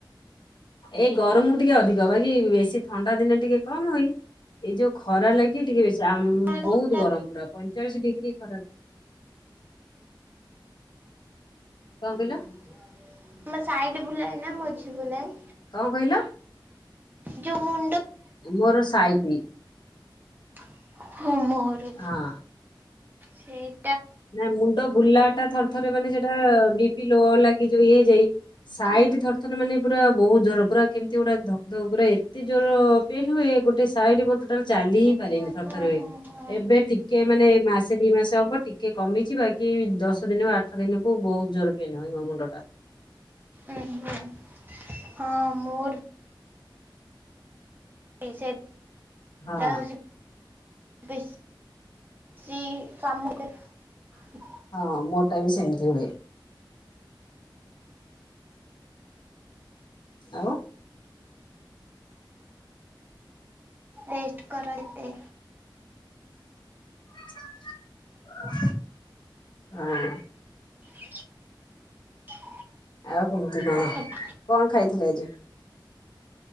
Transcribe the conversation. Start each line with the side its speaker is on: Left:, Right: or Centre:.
Left: ଏ ଗରମକୁ ଟିକେ ଅଧିକ ବାକି ବେଶୀ ଥଣ୍ଡା ଦିନେ ଟିକେ କମ୍ ହୁଏଇ ଏଇ ଯୋଉ ଖରା ଲାଗି ଟିକେ ବେଶୀ ଜାମ୍
Right: କୋଉଟା
Left: ବହୁତ ଗରମ ପୁରା- ପଇଁଚାଳିଶ ଡିଗ୍ରୀ ଖରା କଣ କହିଲ
Right: <unintelligible> ମ ସାଇଡ ବୁଲାଏ ନା ମଝି ବୁଲାଏ?
Left: କଣ କହିଲ?
Right: ଯୋଉ ମୁ
Left: ମୋର ସାଇଟି
Right: <inaudible> ହଁ ମୋର ବି
Left: ହଁ।
Right: ସେଇ-
Left: ନା ମୁଣ୍ଡ ବୁଲା ଟା ଥର ଥରେ ମାନେ ସେଇଟା ବି-ପି ଲୋ ଲାଗି ଯଉ ଇଏ ହେଇଯାଏ ସାଇଟ
Right: ହଁ ହଁ
Left: ଥରେ ଥରେ ମାନେ ପୁରା ବହୁତ ଜୋର ପୁରା କେମିତି ଗୋଟେ ଧକ୍ ଧକ୍ ପୁରା ଏତେ ଜୋର ପେନ୍ ହୁଏ ଗୋଟେ ସାଇଡ ଟୋଟାଲ ଚାଲି ହିଁ ପାରେନି
Right: ହଁ
Left: ଥର ଥରେ।
Right: ହଁ
Left: ଏବେ ଟିକେ ମାନେ ମାଶ୍ ଏଇ ଦିଇ ମାସ ହବ ଟିକେ ଟିକେ କମିଛି ବାକି ଦଶ ଦିନ ବା ଆଠ ଦିନିକୁ ବହୁତ ଜୋର ପେନ୍ ହୁଏ ମୋ ମୁଣ୍ଡ ଟା।
Right: ଓ ହ ହଁ ମୋର ସେ
Left: ହଁ
Right: ଯାହା ହଉଛି ବେଶ ବେଶି କାମ।
Left: ହଁ ମୋଟା ବି ସେମତି ହୁଏ। ଆଉ
Right: ରେଷ୍ଟ କରାଇଦେ।
Left: ହଁ
Right: <inaudible>
Left: ଆଉ କେମତି କଣ
Right: ଆଉ ଖଟା
Left: କଣ ଖାଇଥିଲେ। ଭେଜ।